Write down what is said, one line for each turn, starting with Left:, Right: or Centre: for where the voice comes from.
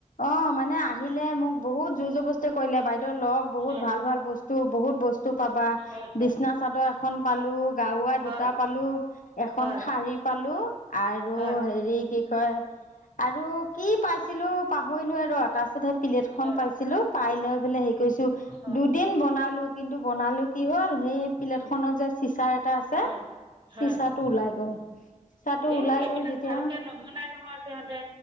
Left: অ মানে আহিলে মোক বহুত জোৰ জবস্তি কৰিলে বাইদেউ লওক বহুত
Right: হয়
Left: ভাল ভাল বস্তু বহুত বস্তু পাবা
Right: হয়
Left: বিচনা চাদৰ এখন পালো গাৱা
Right: হয়
Left: দুটা পালো এখন
Right: হয়
Left: শাৰী পালো আৰু
Right: হয়
Left: হেৰি কি কয় আৰু কি পাইছিলো পাহৰিলো ৰ ত সেই প্লেট খন
Right: হয়
Left: পাইছিলো পাই লৈ বোলে হে কৰিৈছো
Right: হয়
Left: দুদিন বনালো কিন্তু বনালো কি হ'ল সেই প্লেট খনৰ যে চিচাৰ এটা আছে
Right: হয় হয়
Left: চিচাৰ টো ওলাই গ'ল চিচাটো
Right: এ
Left: ওলাই
Right: এইবিলাক
Left: গ'ল যেতিয়া
Right: ভালকে নবনাই নহয় সিহঁতে